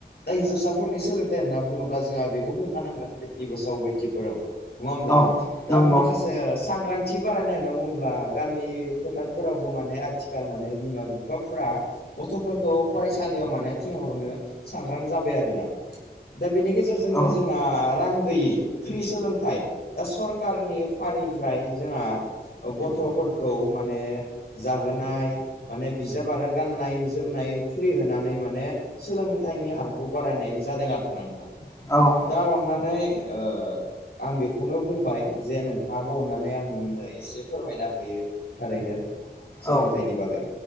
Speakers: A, on the left; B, on the left.
A: दा हिन्जावसाफोरनि सोलोंथाइ होनना बुङोब्ला जोंहा बेखौ बुंखानांगोन बेटि बोसाव बेटिफोराव नङा होमब्ला
B: औ नंगौ
A: दा माखासे सांग्रांथि बारायनाय होनना बुङोब्ला गामि फोथारफोरावबो माने आथिखाल माने बिमा बिफाफोरा गथ'फोरखौ फरायसालियाव माने थिनहरनो सांग्रां जाबाय आरोना। दा बेनि गेजेरजोंनो
B: औ
A: जोंहा रां गैयि फ्रि सोलोंथाइ दा सरकारनि फारिफ्राय जोंहा गथ'फोरखौ माने जाहोनाय माने बिजाब आरो गाननाय जोमनाय फ्रि होनानै माने सोलोंथाइनि हारखौ बारायनाय जादों आरोना नोंथां।
B: औ
A: दा अननानै ओ आं बेखौनो बुंबाय जे नोंथाङाबो आंनो अननानै आंनो एसे फोरमायना होयो थारैनो सोलोंथाइनि
B: औ
A: बागै।